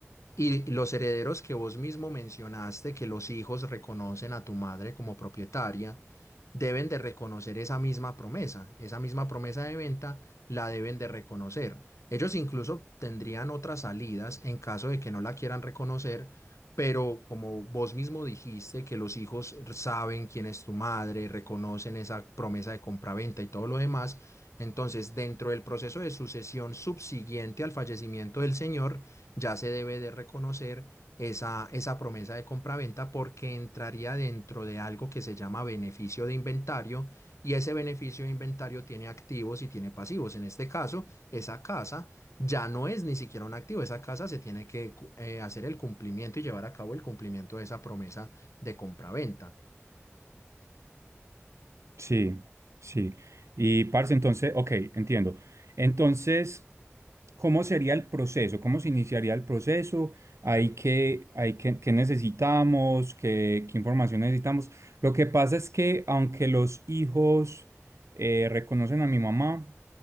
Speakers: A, on the left; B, on the right.
A: y los herederos que vos mismo mencionaste, que los hijos reconocen a tu madre como propietaria, deben de reconocer esa misma promesa, esa misma promesa de venta la deben de reconocer. Ellos incluso tendrían otras salidas en caso de que no la quieran reconocer, pero como vos mismo dijiste, que los hijos saben quién es tu madre, reconocen esa promesa de compraventa y todo lo demás, entonces dentro del proceso de sucesión subsiguiente al fallecimiento del señor, ya se debe de reconocer esa, esa promesa de compraventa porque entraría dentro de algo que se llama beneficio de inventario y ese beneficio de inventario tiene activos y tiene pasivos. En este caso, esa casa ya no es ni siquiera un activo, esa casa se tiene que eh, hacer el cumplimiento y llevar a cabo el cumplimiento de esa promesa de compraventa.
B: Sí, sí. Y parce, entonces, ok, entiendo. Entonces... ¿Cómo sería el proceso? ¿Cómo se iniciaría el proceso? ¿Hay que, hay que, qué necesitamos? ¿Qué, qué información necesitamos? Lo que pasa es que aunque los hijos eh, reconocen a mi mamá,